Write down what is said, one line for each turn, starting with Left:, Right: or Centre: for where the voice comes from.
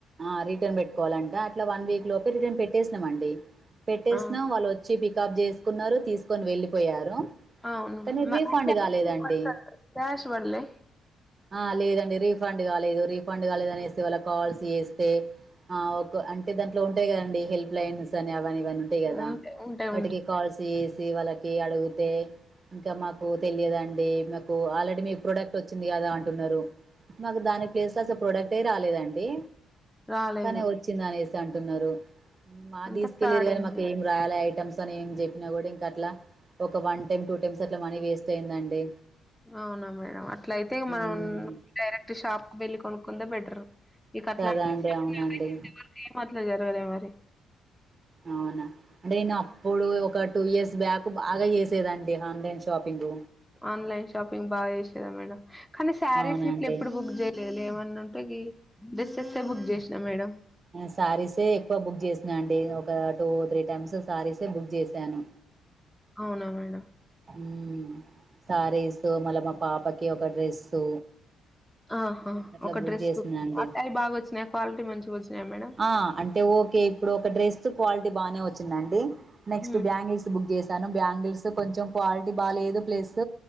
Right: ఆహ్ రిటర్న్ పెట్టుకోవాలంటే అట్లా వన్ వీక్ లోపే రిటర్న్ పెట్టేసినాంమండి పెట్టేసినా
Centre: ఆ
Right: వాళ్ళు వచ్చు. వచ్చి పికప్ చేసుకున్నారు తీసుకొని వెళ్ళిపోయారు.
Centre: ఆసూఅవును
Right: కానీ రీఫండ్
Centre: క్యాష్
Right: కాలేదండి
Centre: మరి క్యాష్ పడ్లే.
Right: ఆహ్ లేదండి రీఫండ్ కాలేదు రిఫండ్ కాలేదు అనేసీ వాళ్ళకు కాల్స్ చేస్తే. ఆహ్ ఒక అంటే దాంట్లోంటాయి కదండి హెల్ప్ లైన్స్ అని అవి అని ఇవి అని. తేదా
Centre: ఉంటే ఉంటే
Right: వాటికి
Centre: ఉంటే
Right: కాల్స్ చేసి వాళ్ళకి అడుగితే. ఇంకా మాకు తెలియదండి మాకు ఆల్రెడీ మీకు ప్రోడక్ట్ వచ్చింది కదా అంటున్నారు. మాకు దాని ప్లేస్ల అసలు ప్రొడక్టే రాలేదండి.
Centre: రాలేదు
Right: కానీ వచ్చింది అనేసి అంటున్నారు మాది
Centre: అంతా
Right: తీసుకెళ్ళరు
Centre: ఫ్రాడింగ్
Right: కానీ మాకు ఏం రాలే. చాలా ఐటమ్స్ అని ఏం చెప్పినా కూడా ఇంక అట్లా ఒక వన్ టైమ్ టూ టైమ్స్ అట్లా మనీ వేస్ట్ అయిందండి.
Centre: అవునా మేడం అట్ల అయితే
Right: హ్మ్
Centre: మనం డైరెక్ట్ షాప్ క వెళ్లి కొనుక్కుందే బెటర్ ఇక అట్లా
Right: కదా
Centre: <unintelligible>
Right: అండి అవునండి
Centre: అట్లా జరగాలే మరి
Right: అవునా నేను అప్పుడు ఒక టూ ఇయర్స్ బ్యాక్ బాగా చేసేదండి ఆన్లైన్ షాపింగ్
Centre: ఆన్లైన్ షాపింగ్ బాగా చేసేదా మేడం కానీ శారీస్
Right: అవునండి
Centre: హిట్ల ఎప్పుడు బుక్ చే లే లేమన్నా ఉంటేకి డ్రెస్ససే బుక్ చేసినా మేడం
Right: శారీసే ఎక్కువ బుక్ చేసిన అండి ఒక టూ త్రీ టైమ్స్ శారీసే బుక్ చేసాను
Centre: అవునా మేడం
Right: ఉమ్ శారీసు మళ్ళా మా పాపకి ఒక డ్రెస్సు
Centre: ఆహా
Right: అట్లా
Centre: ఒక
Right: బుక్
Centre: డ్రెస్
Right: చేసినా అండి
Centre: ఆ టై బాగా వచ్చినాయి క్వాలిటీ మంచిగ వచ్చినాయ మేడం
Right: ఆ అంటే ఓకే ఇప్పుడు ఒక డ్రెస్ క్వాలిటీ బాగానే వచ్చిందండి నెక్స్ట్
Centre: హ్మ్.
Right: బ్యాంగిల్స్ బుక్ చేశాను బ్యాంగిల్స్ కొంచెం క్వాలిటీ బాగా లేదు ప్లెస్